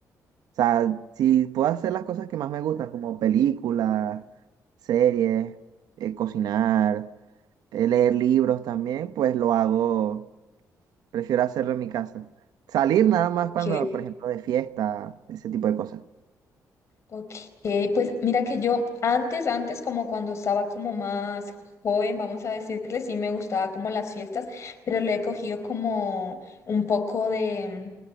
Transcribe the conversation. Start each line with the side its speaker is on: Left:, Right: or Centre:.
Right: O sea, si puedo hacer las cosas que más me gustan, como películas, series, eh, cocinar, eh, leer libros también, pues lo hago, prefiero hacerlo en mi casa. Salir nada más
Left: Ok,
Right: cuando, por ejemplo, de fiesta, ese tipo de cosas,
Left: Ok, pues mira que yo antes, antes como cuando estaba como más joven, vamos a decirle, sí me gustaba como las fiestas, pero le he cogido como un poco de,